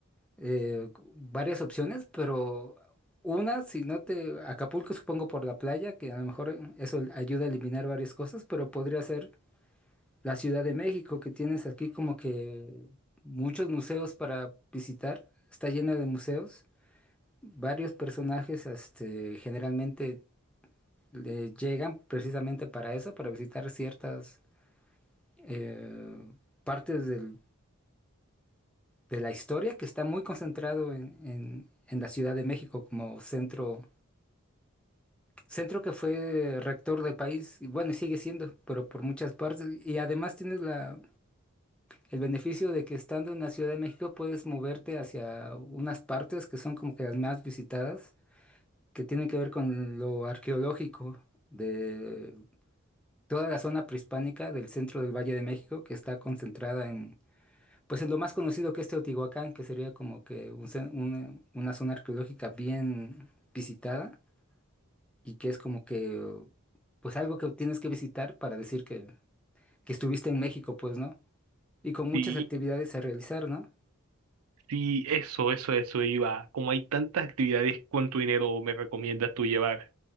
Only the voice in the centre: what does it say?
eh, varias opciones, pero una, si no te, Acapulco supongo por la playa, que a lo mejor eso ayuda a eliminar varias cosas, pero podría ser la Ciudad de México, que tienes aquí como que muchos museos para visitar, está lleno de museos. Varios personajes, este, generalmente eh, llegan precisamente para eso, para visitar ciertas eh, partes del- de la historia que está muy concentrado en, en- en la Ciudad de México como centro, centro que fue rector del país, y bueno, sigue siendo, pero por muchas partes. Y además tienes la, El beneficio de que estando en la Ciudad de México puedes moverte hacia unas partes que son como que las más visitadas, que tienen que ver con lo arqueológico de toda la zona prehispánica del centro del Valle de México, que está concentrada en, pues en lo más conocido que es Teotihuacán, que sería como que un cen- una, una zona arqueológica bien visitada y que es como que, pues algo que tienes que visitar para decir que, que estuviste en México, pues, ¿no? Y con muchas
actividades a realizar, ¿no?